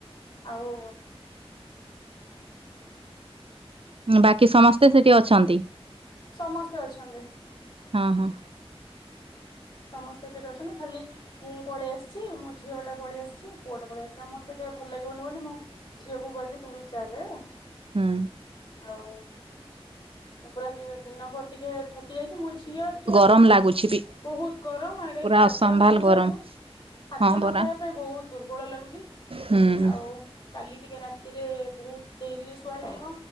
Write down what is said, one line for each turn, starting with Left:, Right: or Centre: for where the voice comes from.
Left: ଆଉ
Right: ବାକି ସମସ୍ତେ ସେଠି ଅଛନ୍ତି।
Left: ସମସ୍ତେ ଅଛନ୍ତି।
Right: ହଁ ହଁ।
Left: ସମସ୍ତେ ସେଠି ଅଛନ୍ତି ଖାଲି ମୁଁ ପଳେଇ ଆସିଛି, ମୋ ଝିଅ ଟା ପଳେଇ ଆସିଛି, ପୁଅ ଟା ପଳେଇ ଆସିଲା। ମତେ ଟିକେ ଭଲ ଲାଗିବନି ବୋଲି ମୁଁ ଝିଅକୁ କହିଲି ତୁ ବି ଚାଲେ
Right: ହଁ।
Left: ଆଉ ମୁଁ ପୁରା ଦିନ ଘର ଟିକେ ଥକି ଯାଇଛି ମୋ ଝିଅ ଅଛି
Right: କମ୍ ଲାଗୁଛି ବି
Left: ବହୁତ ଗରମ ଆଡ଼େ
Right: ପୁରା
Left: ଖାଦ୍ୟ
Right: ଅସମ୍ଭାଲ
Left: ନ ଯିବାକୁ
Right: ଗରମ
Left: ଖାଦ୍ୟ
Right: ହଁ ପରା
Left: ନ ଖାଇବା ପାଇଁ ବହୁତ ଦୁର୍ବଳ ଲାଗୁଛି
Right: ହୁଁ।
Left: ଆଉ କାଲି ଟିକେ ରାତିରେ ବହୁତ ଡେରିରେ ଶୁଆ ହେଇଯିବ